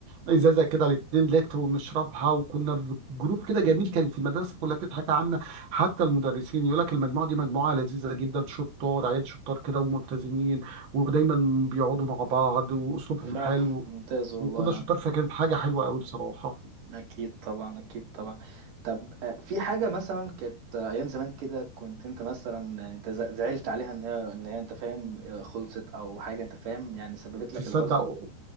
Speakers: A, on the right (about 80°); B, on the right (about 55°).
A: ازازه كده لاتنين لتر ونشربها وكنا في جروب كده جميل كان في المدرسه كلها بتضحك عنا حتى المدرسين يقول لك المجموعه دي مجموعه لذيذه جدا شطار عيال شطار كده وملتزمين ودايما بيقعدوا مع بعض واسلوبهم
B: ف
A: حلو
B: ممتاز والله
A: وكنا شطار فكانت حاجه حلوه قوي بصراحه
B: أكيد طبعا أكيد طبعا طب آه، في حاجة مثلا كانت آه، أيام زمان كده كنت أنت مثلا يعني أنت ز- زعلت عليها إن هي إن هي أنت فاهم آه، خلصت أو حاجة أنت فاهم يعني سببت
A: تصدق
B: لك الحزن